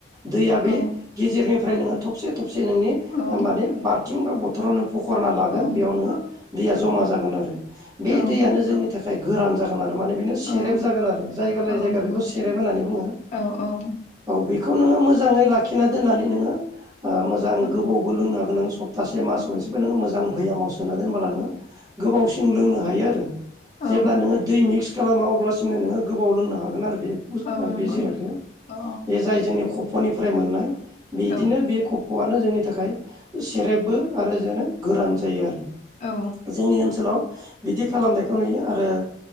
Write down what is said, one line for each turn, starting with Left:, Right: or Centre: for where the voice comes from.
Right: दैया बे
Left: औ
Right: गेजेरनिफ्राय नोङो थबसे थबसे नोंनि
Left: औ
Right: माने बाल्थिं बा बथरावनो सखरना लागोन
Left: औ
Right: बेयावनो दैया जामा जोन बे
Left: औ
Right: दैनो जोंनि थाखाय गोरान जा थार मानो बेनो सेरेब
Left: औ
Right: जागोन आरो जायगा लायै
Left: औ
Right: जायगा
Left: नंगौ
Right: बेखौ
Left: नोंथां
Right: सेरबनानै बुङो
Left: औ औ
Right: औ बे खौनो मोजां लाखिनानैनानै नो मोां
Left: औ
Right: गोबावबो लनो होन्तासे मास खनसेबो मोजां बयामाव सोना दोनोब्ला नोङो गोबावसिम लोंनो हायो आरो जेब्ला
Left: औ
Right: नोङो दै मिक्स खालामा अब्लासिमनो नोङो गोबाव लोंनो हागोन आरोखि
Left: औ
Right: बे
Left: नंगौ
Right: बे जिरायख
Left: औ
Right: बे जाय जोंनि खफ'निफ्राय मोननाय <unintelligible> बिदिनो
Left: औ
Right: बे ख्फ'आनो जोंनि थाखाय सेरेबबो आरो जोंनो गोरान जायो आरो
Left: औ औ
Right: जोंनि ओनसोलाव बिदि खालामनायखौ नुयो आरो